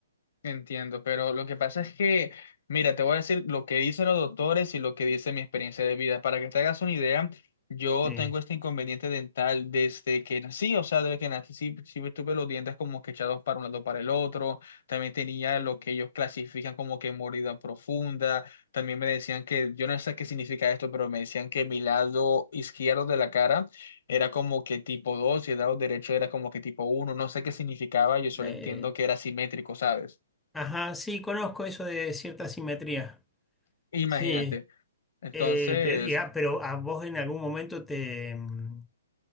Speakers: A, on the left; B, in the centre.
A: Entiendo, pero lo que pasa es que, mira, te voy a decir lo que dicen los doctores y lo que dice mi experiencia de vida. Para que te hagas una idea, yo
B: Eh,
A: tengo este inconveniente dental desde que nací, o sea, desde que nací sí, sí tuve los dientes como que echados para un lado para el otro. También tenía lo que ellos clasifican como que mordida profunda. También me decían que, yo no sé qué significa esto, pero me decían que mi lado izquierdo de la cara era como que tipo 2 y el lado derecho era como que tipo uno No sé qué significaba, yo solo
B: eh,
A: entiendo que era simétrico, ¿sabes?
B: ajá, sí, conozco eso de cierta simetría.
A: Imagínate.
B: Sí,
A: Entonces,
B: eh, pero ya, pero ¿a vos en algún momento te, mm,